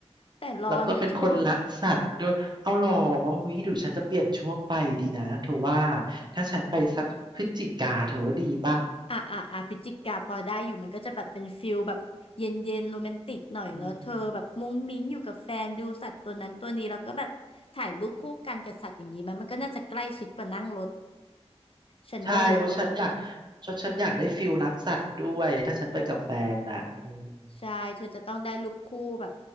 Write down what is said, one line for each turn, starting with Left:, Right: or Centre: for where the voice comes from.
Left: แต่ร้อนนะเธอ
Right: แล้วก็เป็นคนรักสัตว์ด้วยเอาหรอหุยหรือฉันจะเปลี่ยนช่วงไปดีนะเธอว่าถ้าฉันไปสักพฤศจิกาเธอว่าดีป่ะ
Left: อ่ะอ่ะอ่ะพฤศจิกาพอได้อยู่มันก็จะแบบเป็นฟิลแบบเย็นเย็นโรแมนติกหน่อยเนอะเธอแบบมุ้งมิ้งอยู่กับแฟนดูสัตว์ตัวนั้นตัวนี้แล้วก็แบบถ่ายรูปคู่กันกับสัตว์อย่างนี้มันมันก็น่าจะใกล้ชิดกว่านั่งรถ
Right: อืม
Left: ฉันว่าเวิร์ก
Right: ใช่เพราะฉันอยาก <laughs> ฉันฉันอยากได้ฟิลรักสัตว์ด้วยถ้าฉันไปกับแฟนอ่ะอืม
Left: ใช่เธอจะต้องได้รูปคู่แบบ